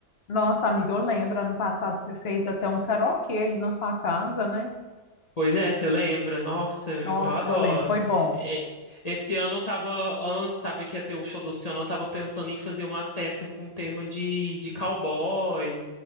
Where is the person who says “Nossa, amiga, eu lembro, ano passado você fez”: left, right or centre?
Left